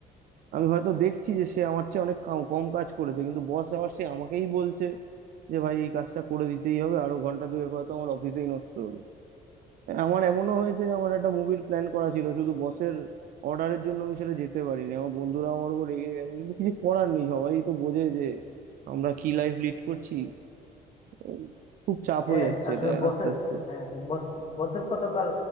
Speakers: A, on the right; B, on the left.
A: আমি হয়তো দেখছি যে সে আমার চেয়ে অনেক কাম- কম কাজ করেছে কিন্তু বস আবার সে আমাকেই বলছে যে ভাই এই কাজটা করে দিতেই হবে আরো ঘন্টা দুয়েক হয়তো আমার অফিসেই নষ্ট হলো হ্যাঁ, আমার এমনও হয়েছে যে আমার একটা মুভির প্ল্যান করা ছিল শুধু বসের অর্ডারের জন্য আমি সেটা যেতে পারিনি আমার বন্ধুরা আমার উপর রেগে গেছে কিন্তু কিছু করার নেই সবাই তো বোঝে যে আমরা কি লাইফ লিড করছি উম, খুব চাপ
B: হ্যাঁ
A: হয়ে যাচ্ছে
B: আসলে
A: এটা
B: বসের
A: আস্তে আস্তে
B: হ্যাঁ বস বসের কথা তো আর